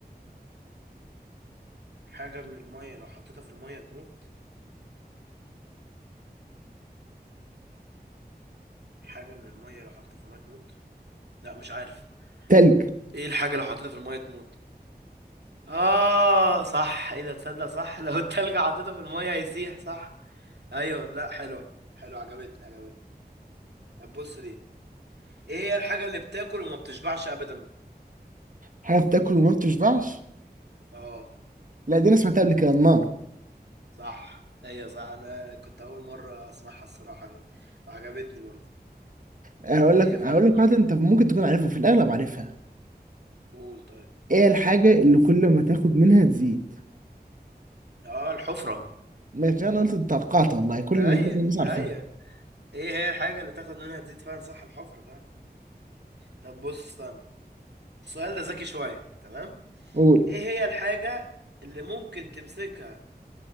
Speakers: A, on the right (about 80°); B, on the right (about 50°).
A: حاجة من المية لو حطيتها في المية تموت حاجة من المية لو حطيتها في المية تموت لا مش عارف
B: تلج
A: ايه الحاجة لو حطيتها في المية تموت اه صح ايه ده تصدق صح <laughs> لو التلج حطيته في المية هيسيح صح ايوه لا حلوة حلوة عجبتني عجبتني طب بص دي ايه هي الحاجة اللي بتاكل وما بتشبعش ابدا
B: حاجه بتاكل وما بتشبعش
A: اه
B: لا دي انا سمعتها قبل كده النار
A: صح هي صح انا كنت اول مرة اسمعها الصراحة دي وعجبتني برضه
B: هقول لك
A: هي فعلا
B: هقول
A: النار
B: لك حاجه انت ممكن تكون عارفها في الاغلب عارفها
A: قول طيب
B: ايه الحاجه اللي كل ما تاخد منها تزيد
A: اه الحفرة
B: ماشي انا قلت توقعت والله كل
A: ايوه
B: اللي معظم الناس عارفينها
A: ايوه ايه هي الحاجة اللي تاخد منها تزيد فيها صح الحفرة بقى طب بص استنى السؤال ده ذكي شوية تمام
B: قول
A: ايه هي الحاجة اللي ممكن تمسكها